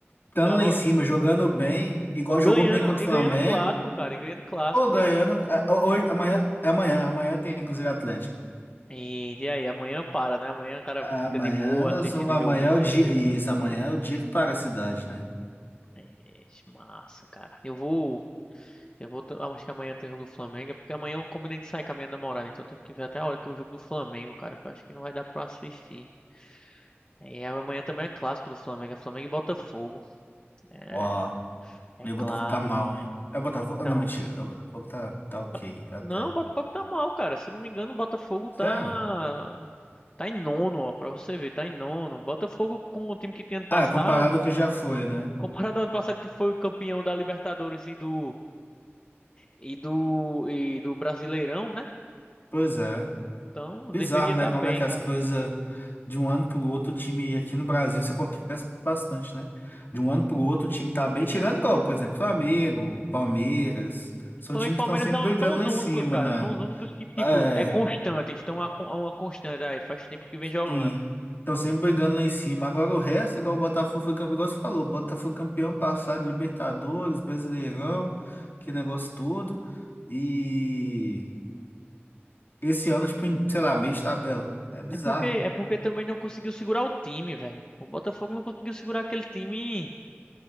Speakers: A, on the left; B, on the left.
A: estando
B: Tava
A: lá em cima, jogando bem, igual
B: e ganhando,
A: jogou bem contra
B: e
A: o Flamengo,
B: ganhando o clássico, cara, e ganhando o clássico,
A: ou ganhando.
B: né?
A: ah, ho- Hoje, amanhã, é amanhã, amanhã tem inclusive Atlético.
B: E, e aí, amanhã para, né? Amanhã o cara
A: Amanhã
B: fica de boa
A: nós
B: assistindo
A: vamos,
B: o
A: amanhã
B: joguinho.
A: é o dia. Isso, amanhã é o dia que para a cidade, né?
B: Ixi, massa, cara. Eu vou, Eu vou, t- ah, acho que amanhã tem o jogo do Flamengo, é porque amanhã eu combinei de sair com a minha namorada, então eu tenho que ver até a hora que é o jogo do Flamengo, cara, que eu acho que não vai dar pra eu assistir. É, E amanhã também é clássico do Flamengo, é Flamengo e Botafogo. É,
A: Ó, e
B: é clássico.
A: o Botafogo tá mal, hein? É o Botafogo.
B: Então,
A: ah, Não, mentira. é, O Botafogo tá, tá ok
B: tá,
A: até.
B: não, o Botafogo tá mal, cara. Se eu não me engano, o Botafogo tá
A: Sério?
B: tá em nono, ó, pra você ver, tá em nono. Botafogo com o time que tinha ano passado,
A: Ah, é comparado ao que já foi, né?
B: comparado ao ano passado que foi o campeão da Libertadores e do e do e do Brasileirão, né?
A: Pois é.
B: Então,
A: Bizarro,
B: deveria
A: né?
B: estar
A: Como
B: bem,
A: é que as
B: cara.
A: coisas de um ano pro outro, o time aqui no Brasil, isso acontece bastante, né? De um ano pro outro, o time tá bem, tirando igual, por exemplo, Flamengo, Palmeiras, são
B: Flamengo
A: times
B: e Palmeiras
A: que estão sempre
B: são,
A: brigando
B: são os
A: lá
B: únicos,
A: em cima,
B: cara.
A: né?
B: São os únicos que, tipo,
A: É,
B: é constante. Estão a, a uma constante aí. Faz tempo que vem jogando.
A: sim, estão sempre brigando lá em cima. Agora o resto, igual o Botafogo foi campeão, igual você falou, o Botafogo foi campeão passado, Libertadores, Brasileirão, que negócio todo. E esse ano, tipo, em, sei lá, meio de tabela. É bizarro,
B: É porque,
A: né?
B: é porque também não conseguiu segurar o time, velho. O Botafogo não conseguiu segurar aquele time.